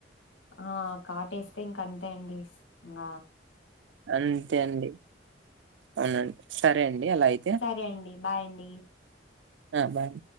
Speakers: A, on the left; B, on the right.
A: ఆ కాటేస్తే ఇంక అంతే అండి ఇంగ
B: అంతే అండి అవునండి సరే అండి అలా అయితే
A: సరే అండి బాయ్ అండి
B: ఆ బాయ్